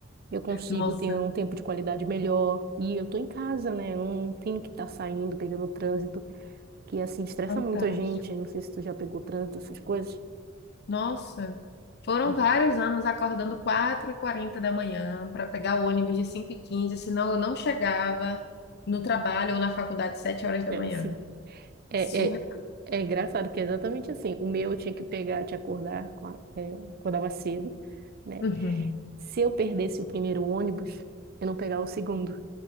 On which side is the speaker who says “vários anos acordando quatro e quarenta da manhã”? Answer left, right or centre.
Left